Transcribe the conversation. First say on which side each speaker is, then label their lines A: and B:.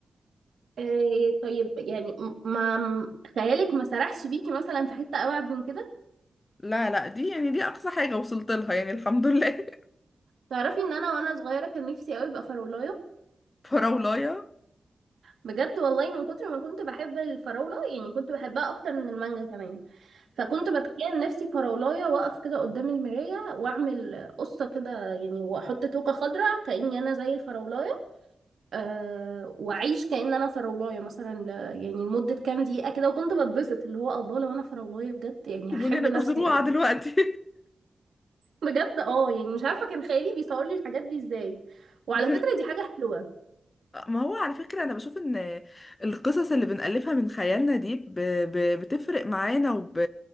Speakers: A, on the right; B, on the left.
A: إيه طيب يعني م- ما م- خيالك ما سرحش بيكي مثلا في حته ابعد من كده
B: لا لا دي يعني دي اقصى حاجه وصلت لها يعني الحمد لله
A: تعرفي ان انا وانا صغيره كان نفسي قوي ابقى فرولايه
B: <laughs> فراولايه
A: بجد والله من كتر ما كنت بحب الفراولة يعني كنت بحبها أكتر من المانجا كمان فكنت بتخيل نفسي فراولاية واقف كده قدام المراية وأعمل قصة كده يعني وأحط توكة خضراء كأني أنا زي الفراولاية أه وأعيش كأن أنا فراولاية مثلا ل- يعني لمدة كام دقيقة كده وكنت بتبسط اللي هو الله لو أنا فراولاية بجد يعني
B: سيبوني
A: هحب
B: انا
A: نفسي
B: هزروعه
A: أوي
B: دلوقتي
A: بجد اه يعني مش عارفة كان خيالي بيصور لي الحاجات دي ازاي وعلى
B: <laughs>
A: فكرة دي حاجة حلوة
B: ما هو على فكرة أنا بشوف إن القصص اللي بنألفها من خيالنا دي ب... ب... بتفرق معانا وب...